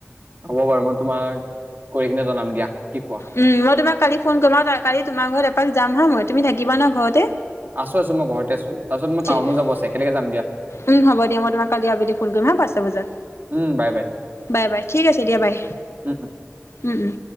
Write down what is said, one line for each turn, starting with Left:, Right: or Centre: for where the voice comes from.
Right: হ'ব বাৰু মই তোমাক কৰি কিনে জনাম দিয়া। কি কোৱা?
Left: উম মই তোমাক কালি ফোন কৰিম আৰু কালি তোমাৰ ঘৰত এপাক যাম হা মই তুমি থাকিবা ন ঘৰতে?
Right: আছো আছো মই ঘৰতে আছো। তাৰপিছত মই
Left: ঠিক
Right: টাউনো
Left: আছে।
Right: যাব একেলগে যাম দিয়া
Left: উম হ'ব দিয়া মই তোমাক কালি আবেলি ফোন কৰিম হা পাঁচটা বজাত।
Right: উম, বাই বাই
Left: বাই বাই ঠিক আছে দিয়া বাই,
Right: উম, উম।
Left: উম উম।